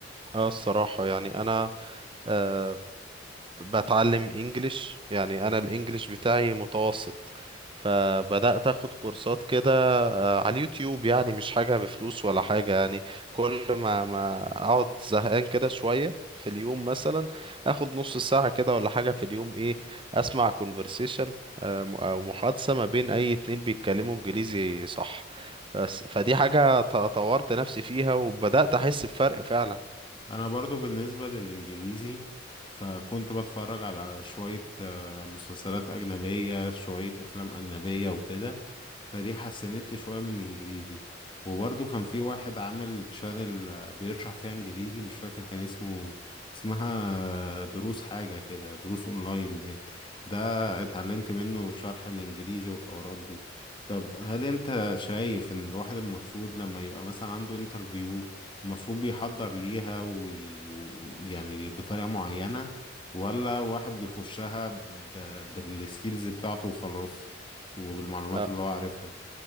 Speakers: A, on the right; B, on the left.
A: اه الصراحة يعني انا آه، بتعلم انجليش يعني انا الانجليش بتاعي متوسط فبدأت اخد كورسات كده آه، على اليوتيوب يعني مش حاجة بفلوس ولا حاجة يعني كل ما ما اقعد زهقان كده شوية في اليوم مثلا اخد نص ساعة كده ولا حاجة في اليوم ايه اسمع conversation آه، م- او محادثة ما بين اي اتنين بيتكلموا انجليزي صح فس- فدي حاجة ط- طورت نفسي فيها وبدأت احس بفرق فعلا
B: انا برضو بالنسبة للانجليزي فكنت بتفرج على شوية آه، مسلسلات اجنبية شوية افلام اجنبية وكده فدي حسنت لي شوية من الانجليزي وبرضو كان في واحد عامل تشانل آه، بيشرح فيها انجليزي مش فاكر كان اسمه اسمها آه، دروس حاجة كده دروس اونلاين باين ده اتعلمت منه شرح الانجليزي والحوارات دي طب هل انت شايف ان الواحد المفروض لما يبقى مثلا عنده انترفيو المفروض بيحضر ليها وي- ويعني بطريقة معينة ولا واحد بيخشها ب... بالسكيلز بتاعته وخلاص وبالمعلومات
A: آه،
B: اللي هو عارفها